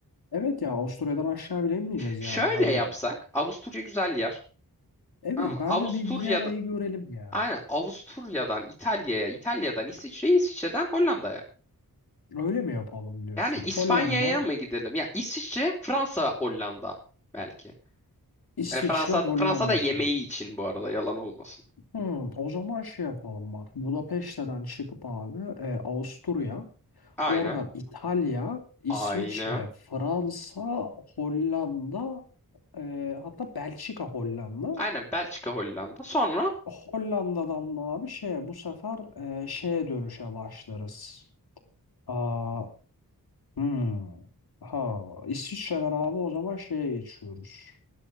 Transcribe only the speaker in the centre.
Şöyle
yapsak. Avusturya güzel yer.
Tamam mı?
Avusturya'da
Aynen Avusturya'dan İtalya'ya, İtalya'dan İsviçre'ye, İsviçre'den Hollanda'ya.
Yani İspanya'ya
mı gidelim? Ya İsviçre, Fransa, Hollanda belki.
Yani Fransa
Fransa'da yemeği
için bu arada yalan olmasın.
Aynen.
Aynen.
Aynen Belçika, Hollanda. Sonra